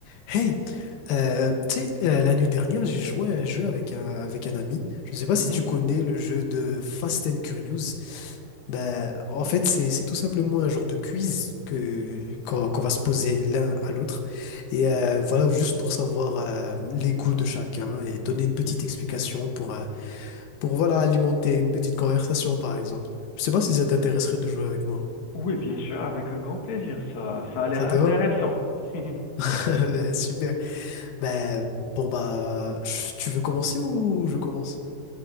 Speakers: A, on the left (about 80°); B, on the left (about 60°).
A: Hey, euh, tu sais, euh, l'année dernière, j'ai joué à un jeu avec un, avec un ami. Je ne sais pas
B: Mhm.
A: si tu connais le jeu de Fast and Curious. Ben, en fait, c'est, c'est tout simplement un genre de quiz que, qu'on, qu'on va se poser l'un à l'autre. Et euh, voilà, juste pour savoir euh, les goûts de chacun et donner une petite explication pour, euh, pour voilà, alimenter une petite conversation, par exemple. Je ne sais pas si
B: Ou-
A: ça t'intéresserait de jouer avec moi.
B: Oui, bien sûr, avec un grand plaisir. Ça, ça a l'air
A: Ça te
B: intéressant.
A: va?
B: <laughs>
A: <laughs> Ben, super. Ben, bon, bah, je- tu veux commencer ou je commence?